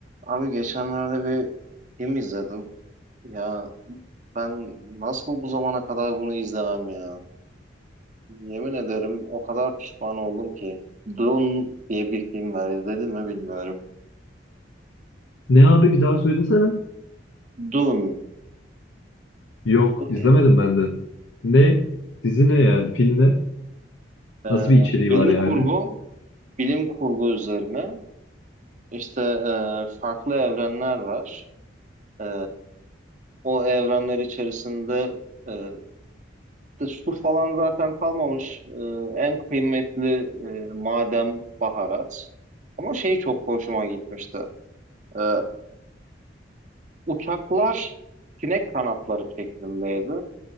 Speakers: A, on the right; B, on the left.
A: Abi geçenlerde bir film izledim. Ya ben nasıl bu zamana kadar bunu izlemem ya? Yemin ederim o kadar pişman oldum ki. Dune diye bir film var. İzledin mi bilmiyorum.
B: Ne abi bir daha söylesene.
A: Dune.
B: Yok
A: Bu
B: izlemedim
A: ne?
B: ben de. Ne? Dizi ne yani? Film ne?
A: Ee,
B: Nasıl bir içeriği
A: bilim
B: var yani?
A: kurgu. Bilim kurgu üzerine. İşte e, farklı evrenler var. Ee, o evrenler içerisinde e, De, su falan zaten kalmamış. Ee, en kıymetli e, madem baharat. Ama şey çok hoşuma gitmişti. Ee, uçaklar sinek kanatları şeklindeydi.